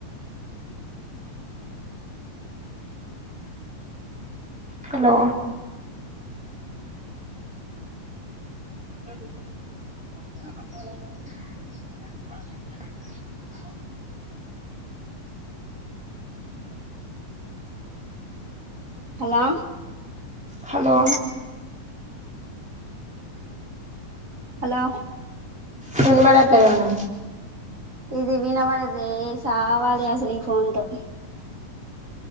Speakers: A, in the centre; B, on the right.
A: హలో <unintelligible>
B: హలో
A: హలో
B: హలో
A: వినబడట్లేదానే
B: ఇది వినవడదే చవాలి అసలు ఈ ఫోన్తో